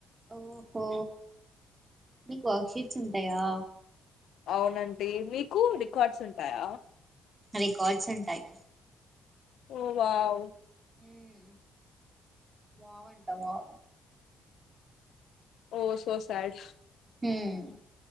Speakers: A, on the right; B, on the left.
A: ఓహో మీకు వర్క్ షీట్స్ ఉంటాయా
B: అవునం మీకు రికార్డ్స్ ఉం టయ
A: రికార్డ్స్ ఉంటాయి
B: ఓ వావ్
A: ఉమ్ వావ్ అంటా వావ్
B: ఓ సో సైడ్
A: హ్మ్